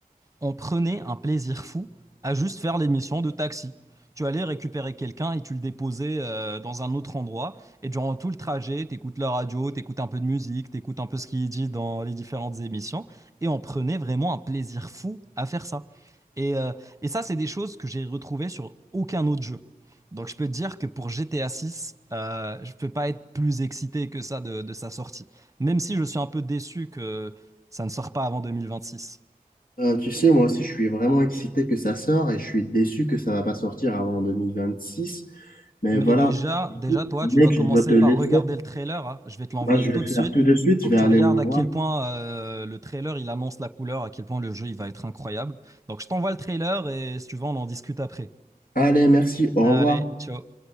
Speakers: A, on the right; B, on the left.
A: on prenait un plaisir fou à juste faire l'émission de taxi. Tu allais récupérer quelqu'un et tu le déposais euh, dans un autre endroit. Et durant tout le trajet, t'écoutes la radio, t'écoutes un peu de musique, t'écoutes un peu ce qu'il dit dans les différentes émissions. Et on prenait vraiment un plaisir fou à faire ça. Et, euh, et ça, c'est des choses que j'ai retrouvées sur aucun autre jeu. Donc je peux te dire que pour GTA 6, euh, je peux pas être plus excité que ça de, de sa sortie. Même si je suis un peu déçu que ça ne sort pas avant 2026.
B: Euh, tu sais, moi aussi, je suis vraiment excité que ça sorte et je suis déçu que ça va pas sortir avant 2026. Mais
A: Mais
B: voilà,
A: déjà,
B: Écoute,
A: déjà, toi,
B: mec,
A: tu dois commencer
B: je dois te laisser.
A: par regarder le trailer. hein. Je vais te l'envoyer
B: Moi, je vais
A: tout
B: le
A: de suite.
B: faire tout de suite.
A: Faut
B: Je vais
A: que tu
B: aller
A: regardes
B: le voir.
A: à quel point euh, le trailer il annonce la couleur, à quel point le jeu il va être incroyable. Donc je t'envoie le trailer et si tu veux, on en discute après.
B: Allez, merci. Au
A: Allez,
B: revoir.
A: ciao.